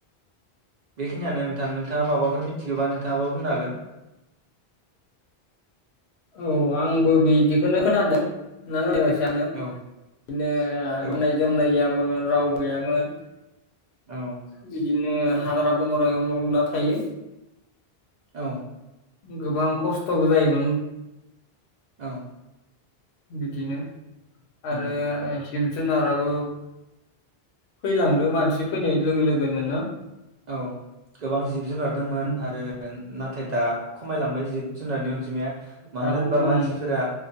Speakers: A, on the right (about 55°); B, on the left (about 85°).
A: बेखिनियानो नोंथां नोंथाङा माबाफोर मिथिगौबा नोंथाङाबो बुंनो हागोन
B: औ आंबो बिदिखौनो खोनादों नों होयबासा जांङो
A: औ
B: बिदिनो गाननाय
A: औ
B: जोमनायाव मोन रावबो गैयामोन
A: औ
B: बिदि बिदिनो हाग्रा बंग्राायाव न लुना थायो
A: औ
B: <inaudible> गोबां खस्थ'बो जायोमोन
A: औ
B: बिदिनो
A: उम
B: आरो जिब जुनाराबो फैलांदो मानसि फैनाय लोगो लोगोनोनो ना
A: औ गोबां जिब जुनारदोंमोन
B: औ
A: आरो नाथाय दा खमायलांबाय जिब जुनारनि अन जिमाया मानो
B: दा ओं
A: होनबा मानसिफोरा